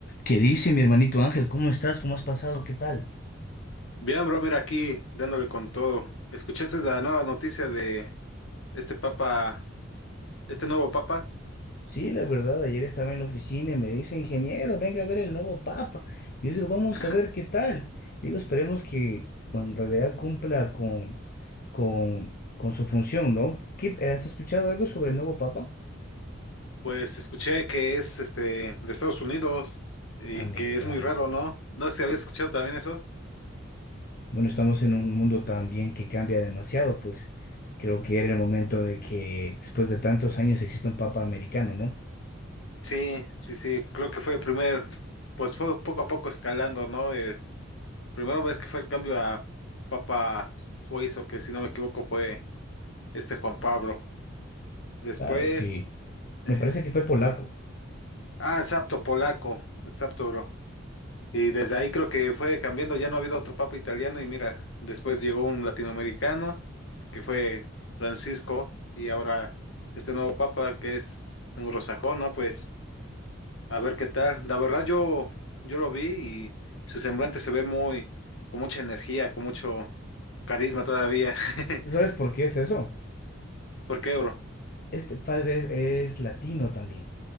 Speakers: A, on the left; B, on the left.
A: ¿Qué dice mi hermanito Ángel? ¿Cómo estás? ¿Cómo has pasado? ¿Qué tal?
B: Bien, bro, mira aquí dándole con todo. ¿Escuchaste la nueva noticia de este papa, este nuevo papa?
A: Sí, la verdad, ayer estaba en la oficina y me dice, ingeniero, venga a ver el nuevo papa. Y yo digo, vamos
B: <laughs>
A: a ver qué tal. Digo, esperemos que bueno, en realidad cumpla con, con, con su función, ¿no? ¿Qué- has escuchado algo sobre el nuevo papa?
B: Pues escuché que es este de Estados Unidos y
A: Americano.
B: que es muy raro, ¿no? No sé si habías escuchado también eso.
A: Bueno, estamos en un mundo también que cambia demasiado, pues creo que era el momento de que después de tantos años exista un papa americano, ¿no?
B: Sí, sí, sí, creo que fue el primer, pues fue poco a poco escalando, ¿no? El primero vez que fue el cambio a Papa Suizo, que si no me equivoco fue este Juan Pablo. Después,
A: Claro, sí.
B: ajá.
A: Me parece que fue polaco.
B: ah, el sapto polaco, el sapto, bro. Y desde ahí creo que fue cambiando, ya no ha habido otro papa italiano y mira, después llegó un latinoamericano que fue Francisco y ahora este nuevo papa que es anglosajón, ¿no? Pues a ver qué tal. La verdad yo, yo lo vi y su semblante se ve muy, con mucha energía, con mucho carisma todavía.
A: ¿Sabes
B: <laughs>
A: por qué es eso?
B: ¿Por qué, bro?
A: Este padre es latino también.